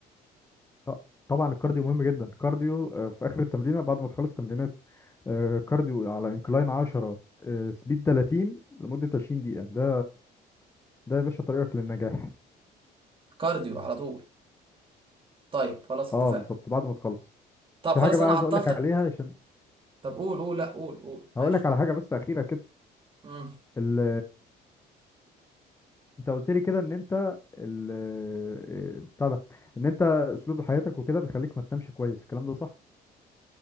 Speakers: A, on the left (about 15°); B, on the right (about 30°).
A: آه، طبعا الكارديو مهم جدا الكارديو آه، في آخر التمرينة بعد ما تخلص تمرينات آه، كارديو على انكلاين 10 آه، سبيد 30 لمدة 20 دقيقة ده ده يا باشا طريقك للنجاح
B: كارديو على طول طيب خلاص
A: اه
B: اتفقنا
A: بالظبط بعد ما تخلص
B: طب
A: في
B: خلاص
A: حاجه بقى
B: انا
A: عايز
B: عطلتك
A: اقول لك عليها عشان
B: طب قول قول لا قول قول ماشي
A: هقول لك على حاجه بس اخيره كده
B: مم.
A: ال... انت قلت لي كده ان انت ال... آه، بتاع ده ان انت اسلوب حياتك وكده بيخليك ما تنامش كويس الكلام ده صح